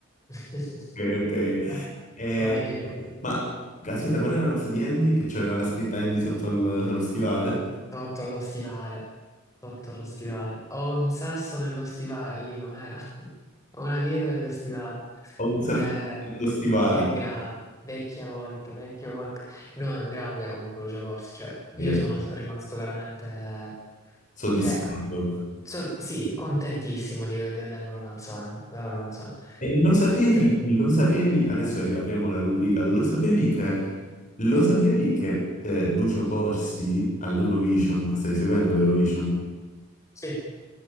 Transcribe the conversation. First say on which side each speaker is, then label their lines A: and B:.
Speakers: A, on the left (about 15°); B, on the left (about 35°).
A: <laughs>
B: Ok. ok.
A: Vai,
B: Eh,
A: vai, dimmi.
B: ma aspetta, qual era la cosa di Andy che c'aveva la scritta Andy sotto al- allo stivale?
A: Sotto allo stivale, sotto allo stivale. Ho un sasso nello stivale, lì com'era? <laughs> Ho una pietra nello stivale.
B: Ho un
A: Eh,
B: serpente allo stivale.
A: che grande, vecchia volpe, vecchia volpe. No, è un grande comunque Lucio Corsi, cioè
B: Sì.
A: io sono rimasto veramente,
B: Soddisfatto.
A: cioè, so- sì, contentissimo di vedere la loro canzone, la loro canzone.
B: E lo sapevi,
A: Cioè,
B: lo sapevi, adesso apriamo la rubrica, lo sapevi che, lo sapevi che eh, Lucio Corsi all'Eurovision, stai seguendo l'Eurovision?
A: sì,